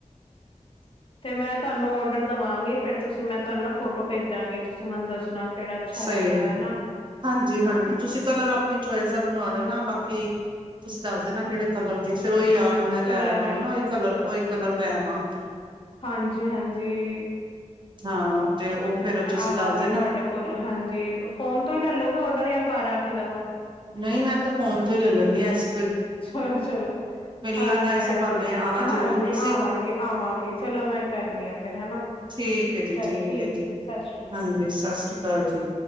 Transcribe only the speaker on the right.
ਹ।
ਸਹੀ।
ਹਾਂਜੀ ਹਾਂਜੀ ਤੁਸੀਂ ਕਲਰ ਆਪਣੀ ਚੁਆਇਸ ਦਾ ਬਣਵਾ ਲੈਣਾ ਬਾਕੀ ਤੁਸੀਂ ਦੱਸਦੇ ਨਾ ਜਿਹੜੇ ਕਲਰ ਦੀ ਫੇਿਰ ਉਹੀ ਯਾਰ ਮੈਂ ਲੈਵਾਂਗੀ
ਨਾ ਉਹੀ ਕਲਰ ਉਹੀ ਕਲਰ ਲੈਵਾਂਗੀ।
ਹਾਂ ਤੇ ਉਹ ਫੇਰ ਤੁਸੀਂ
ਦੱਸਦੇ ਨਾ।
ਨਹੀਂ ਮੈਂ ਤੇ ਫੋਨ ਤੋਂ ਹੀ ਲੈ ਲੈਂਦੀ ਹਸੀਂ।
ਲੈਣਾ ਇਸੇ
ਬਹਾਨੇ ਆਣਾ
ਜ਼ਰੂਰ ਤੁਸੀਂ
ਠੀਕ ਹੈ ਜੀ
ਠੀਕ ਹੈ ਜੀ
ਹਾਂਜੀ ਸਤਿ ਸ੍ਰੀ ਅਕਾਲ ਜੀ।